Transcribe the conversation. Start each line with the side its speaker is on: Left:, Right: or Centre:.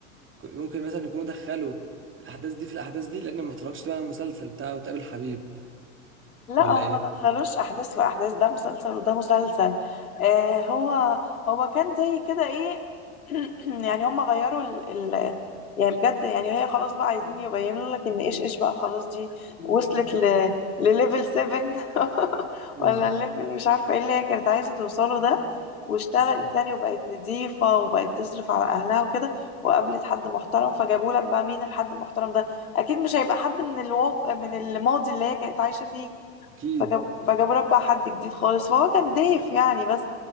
Right: ممكن مثلا يكونوا دخلوا الأحداث دي في الأحداث دي لأن ما اتفرجتش طبعا على المسلسل بتاعه وتقابل حبيب
Left: لا
Right: ولا
Left: هو
Right: إيه؟
Left: ما دخلوش احداث في احداث ده مسلسل وده مسلسل آه هو هو كان زي كده ايه <clears throat> يعني هم غيروا ال ال يعني بجد يعني هي خلاص بقى عايزين يبينوا لك ان ايش ايش بقى خلاص دي وصلت ل لليفل 7 <laughs>
Right: مم.
Left: ولا الليفل مش عارفه ايه اللي هي كانت عايزه توصله ده واشتغلت
Right: بس
Left: يعني وبقت نضيفة وبقت تصرف على أهلها وكده وقابلت حد محترم فجابوا لك بقى مين الحد المحترم ده أكيد مش هيبقى حد من الواقع من الماضي اللي هي كانت عايشة فيه
Right: اكيد
Left: فجاب فجابوا لك بقى حد جديد خالص فهو كان ضيف يعني بس